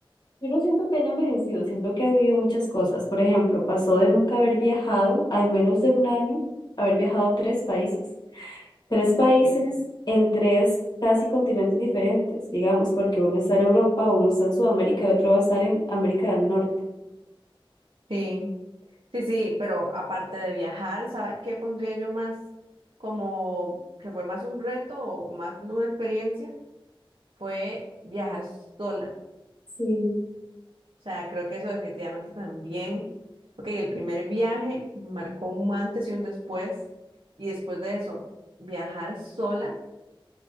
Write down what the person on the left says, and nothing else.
Yo no siento que haya envejecido, siento que ha vivido muchas cosas. Por ejemplo, pasó de nunca haber viajado, a en menos de un año, haber viajado a tres países. Tres países
en tres casi continentes diferentes, digamos, porque uno está en Europa, uno está en Sudamérica y otro va a estar en América del Norte.
Sí.